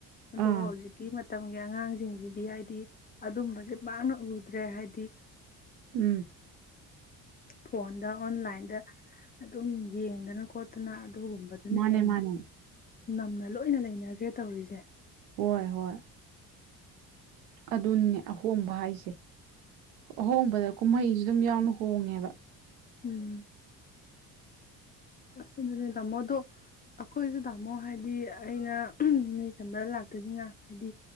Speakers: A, on the left; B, on the right.
A: ꯑꯗꯣ
B: ꯑꯥ
A: ꯍꯧꯖꯤꯛꯀꯤ ꯃꯇ ꯃꯇꯝꯒꯤ ꯑꯉꯥꯡꯁꯤꯡꯁꯤꯗꯤ ꯍꯥꯏꯗꯤ ꯑꯗꯨꯝꯕꯁꯦ ꯄꯥꯛꯅ ꯎꯗ꯭ꯔꯦ ꯍꯥꯏꯗꯤ
B: ꯎꯝ
A: ꯐꯣꯟꯗ ꯑꯣꯟꯂꯥꯏꯟꯗ ꯑꯗꯨꯝ ꯌꯦꯡꯗꯅ ꯈꯣ ꯑꯗꯨꯅ ꯑꯗꯨꯒꯨꯝꯕꯗꯨꯅ
B: ꯃꯥꯅꯦ
A: ꯍꯦꯟꯅ
B: ꯃꯥꯅꯦ
A: ꯅꯝꯅ ꯂꯣꯏꯅ ꯂꯩꯅꯈ꯭ꯔꯦ ꯇꯧꯔꯤꯁꯦ
B: ꯍꯣꯏ ꯍꯣꯏ ꯑꯗꯨꯅꯤꯅꯦ ꯑꯍꯣꯡꯕ ꯍꯥꯏꯁꯦ ꯑꯍꯣꯡꯕꯗ ꯀꯨꯝꯍꯩꯁꯨ ꯑꯗꯨꯝ ꯌꯥꯎꯅꯩ ꯍꯣꯡꯉꯦꯕ
A: ꯎꯝ ꯑꯗꯨꯅꯤ ꯇꯥꯃꯣꯗꯣ ꯑꯩꯈꯣꯏꯁꯨ ꯇꯥꯃꯣ ꯍꯥꯏꯗꯤ ꯑꯩꯅ ꯏꯅꯦ ꯆꯟꯕꯗ ꯂꯥꯛꯇꯣꯏꯅꯤꯅ ꯍꯥꯏꯗꯤ